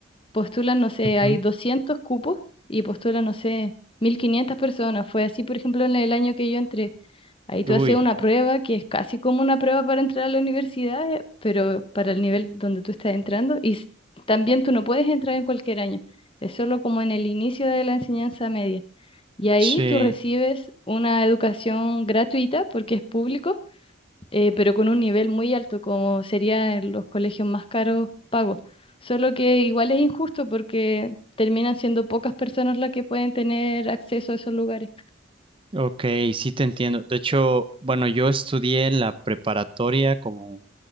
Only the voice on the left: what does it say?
Postulan, no sé,
hay 200 cupos y postulan, no sé, 1500 personas. Fue así, por ejemplo, en el año que yo entré. Ahí tú
haces una prueba que es casi como una prueba para entrar a la universidad, eh, pero para el nivel donde tú estás entrando. Y s- también tú no puedes entrar en cualquier año, es solo como en el inicio de la enseñanza media. Y ahí
tú recibes una educación gratuita porque es público, eh, pero con un nivel muy alto, como sería en los colegios más caros pagos. Solo que igual es injusto porque terminan siendo pocas personas las que pueden tener acceso a esos lugares.